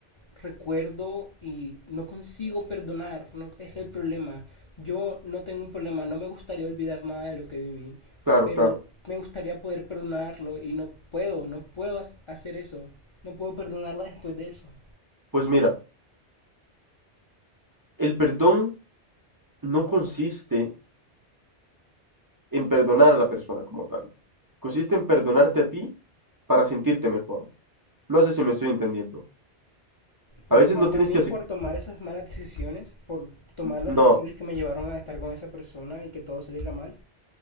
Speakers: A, on the left; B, on the right.
A: recuerdo y no consigo perdonar, no, es el problema. Yo no tengo un problema, no me gustaría olvidar nada de lo que viví,
B: Claro,
A: pero
B: claro.
A: me gustaría poder perdonarlo y no puedo, no puedo ha- hacer eso, no puedo perdonarla después de eso.
B: Pues mira, el perdón no consiste en perdonar a la persona como tal. Consiste en perdonarte a ti para sentirte mejor. No sé si me estoy entendiendo.
A: Perdonarme
B: A veces no tienes
A: a mí
B: que hacer...
A: por tomar esas malas decisiones, por tomar las
B: No,
A: decisiones que me llevaron a estar con esa persona y que todo saliera mal.